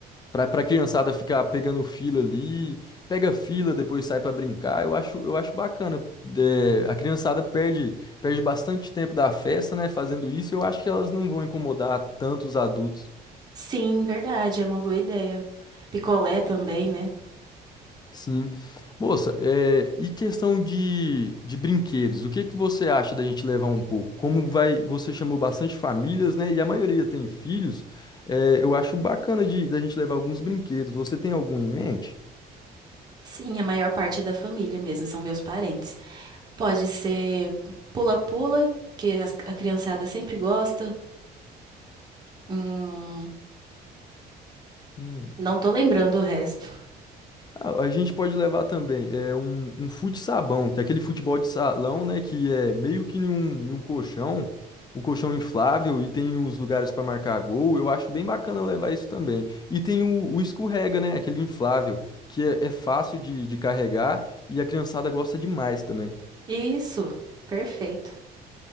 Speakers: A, on the left; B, on the right.
A: Pra, pra criançada ficar pegando fila ali, pega fila, depois sai pra brincar. Eu acho, eu acho bacana. É, a criançada perde, perde bastante tempo da festa, né, fazendo isso. Eu acho que elas não vão incomodar tanto os adultos.
B: Sim, verdade, é uma boa ideia. Picolé também, né?
A: Sim. Moça, é, e questão de, de brinquedos, o que que você acha da gente levar um pouco? Como vai, você chamou bastante famílias, né, e a maioria tem filhos, é, eu acho bacana de, da gente levar alguns brinquedos. Você tem algum em mente?
B: Sim, a maior parte é da família mesmo, são meus parentes. Pode ser pula-pula, que as- a criançada sempre gosta. Hum,
A: Hum.
B: não tô lembrando o resto.
A: A a gente pode levar também é um, um fute-sabão, que é aquele futebol de salão, né? Que é meio que em um, em um colchão, o colchão inflável e tem os lugares para marcar gol. Eu acho bem bacana levar isso também. E tem o, o escorrega, né? Aquele inflável, que é, é fácil de, de carregar e a criançada gosta demais também.
B: Isso, perfeito.